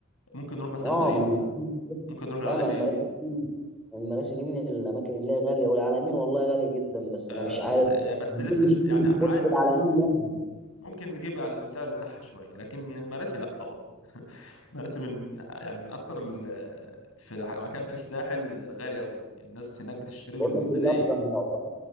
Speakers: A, on the left; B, in the centre.
A: ممكن نروح مثلا
B: اه
A: مارينا
B: ما انا بكلمك كده.
A: ممكن نروح العلمين
B: لا ما المراسي دي المراسي دي من الاماكن اللي هي غاليه والعلمين والله غاليه جدا بس
A: آه،
B: انا مش
A: بس
B: عارف
A: يعني بس
B: المفروض
A: لسه
B: مش
A: ش-
B: نيجي
A: يعني عادي
B: في وسط العلمين يعني
A: ممكن نجيب على السعر بتاعها شويه لكن المراسي لا طبعا <laughs> مراسي من يعني من اكتر ال- في ح- مكان في الساحل غالي قوي الناس هناك بتشتري بالملايين
B: بقول لك ايه اصلا يعتبر